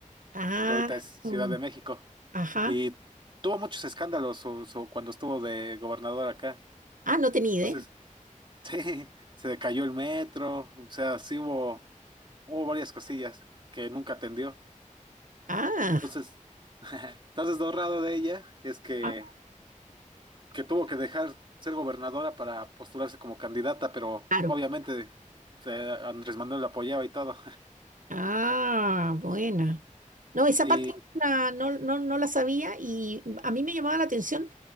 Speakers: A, on the right; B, on the right.
A: Ah,
B: que ahorita es
A: mm,
B: Ciudad de México,
A: ajá.
B: y tuvo muchos escándalos su- su- cuando estuvo de gobernadora acá.
A: Ah, no tenía
B: Entonces,
A: idea.
B: <laughs> sí, se le cayó el metro, o sea, sí hubo, hubo varias cosillas que nunca atendió.
A: Ah,
B: Entonces, <laughs> entonces lo raro de ella es que,
A: ah,
B: que tuvo que dejar ser gobernadora para postularse como candidata, pero
A: claro.
B: obviamente eh, Andrés Manuel la apoyaba y todo.
A: Ah, buena. No, esa
B: <laughs>
A: parte
B: y
A: no la- no, no, no la sabía y a mí me llamaba la atención